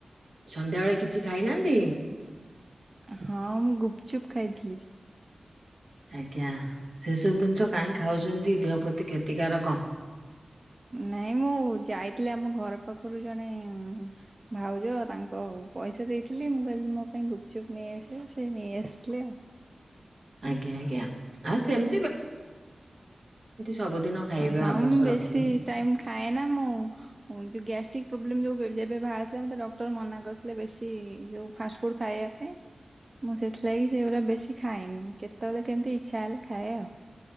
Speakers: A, on the right; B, on the right.
A: ସନ୍ଧ୍ୟାବେଳେ କିଛି ଖାଇନାହାନ୍ତି?
B: ହଁ ମୁଁ ଗୁପଚୁପ ଖାଇଥିଲି।
A: ଆଜ୍ଞା ସେସବୁ ଜିନିଷ କାଇଁ ଖାଉଛନ୍ତି ଦେହ ପ୍ରତି କ୍ଷତିକାରକ।
B: ନାଇଁ ମୁଁ ଯାଇଥିଲି ଆମ ଘର ପାଖରୁ ଜଣେ ଭାଉଜ ତାଙ୍କ ପଇସା ଦେଇଥିଲି ମୁଁ କହିଲି ମୋ ପାଇଁ ଗୁପଚୁପ୍ ନେଇ ଆସିବ ସେ ନେଇ ଆସିଥିଲେ ଆଉ।
A: ଆଜ୍ଞା ଆଜ୍ଞା ହଁ ସେମ ସବୁଦିନ ଖାଇବା
B: ହଁ
A: ଅଭ୍ୟାସ
B: ମୁଁ ବେଶୀ
A: ରଖିବେନି।
B: ଟାଇମ ଖାଏନା ମୁଁ ହଁ ଯଉ ଗ୍ୟାଷ୍ଟିକ ପ୍ରୋବ୍ଲେମ୍ ଯଉ ଯେବେ ବାହାରିଥିଲା ମତେ ଡକ୍ଟର ମନା କରିଥିଲେ ବେଶୀ ଯଉ ଫାଷ୍ଟ ଫୁଡ ଖାଇବା ପାଇଁ। ମୁଁ ସେଥିଲାଗି ସେଗୁରା ବେଶୀ ଖାଏନି କେତେବେଳେ କେମିତି ଇଚ୍ଛା ହେଲେ ଖାଏ ଆଉ।